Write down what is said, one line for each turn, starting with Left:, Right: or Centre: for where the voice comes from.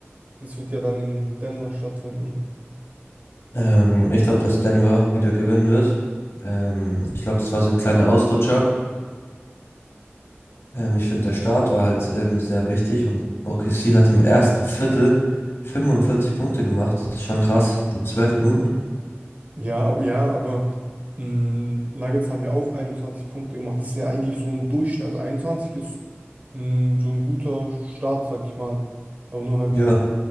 Right: Das wird ja dann in Denver stattfinden.
Left: Ähm, ich glaube, dass Denver wieder gewinnen wird. Ähm, ich glaube, das war so ein kleiner Ausrutscher. Ähm, ich finde, der Start war halt ähm, sehr wichtig und OKC hat im ersten Viertel 45 Punkte gemacht. Das ist schon krass. In 12 Minuten.
Right: Ja, aber, ja, aber mh, Nuggets haben ja auch 21 Punkte gemacht. Das ist ja eigentlich so ein Durchschnitt. Also 21 ist mh, so ein guter Start, sag ich mal. Aber nur halt,
Left: Ja,